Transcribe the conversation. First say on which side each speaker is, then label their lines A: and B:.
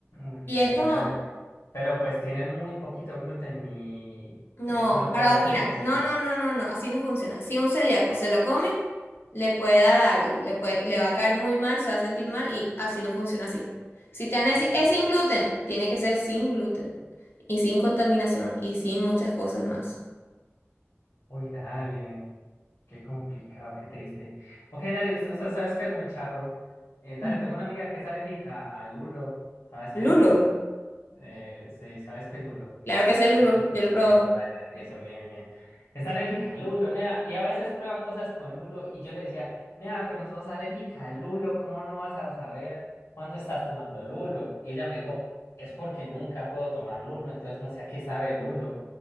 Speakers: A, on the left; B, on the left.
A: ok,
B: Y es como,
A: dale. Pero pues tienen muy poquito gluten y,
B: No,
A: y eso no te
B: para,
A: hace daño,
B: mira,
A: ¿o sí.
B: no, no, no, no, no, así no funciona. Si un celíaco se lo come, le puede dar algo, le puede, le va a caer muy mal, se va a sentir mal y así no funciona así. Si te van a decir,
A: Ok.
B: es sin gluten, tiene que ser sin gluten y sin contaminación y sin muchas cosas más.
A: Uy, dale. Qué complicado, qué triste. Ok, dale, o sea, sabes que es muy charro. Eh, dale,
B: Ujú.
A: tengo una amiga que es alérgica al lulo. ¿Sabes qué
B: Lulo.
A: es lulo? Eh, sí, ¿sabes qué es lulo?
B: Claro que es el
A: <laughs>
B: lulo, yo lo probé.
A: Eso, dale, dale, eso, bien, bien. Está alérgica al lulo, nea, y a veces prueba cosas con lulo, y yo le decía, nea, pero sos alérgica al lulo, ¿cómo no vas a saber cuándo estás tomando lulo? Y ella me dijo, es porque nunca puedo tomar lulo, entonces no sé a qué sabe el lulo.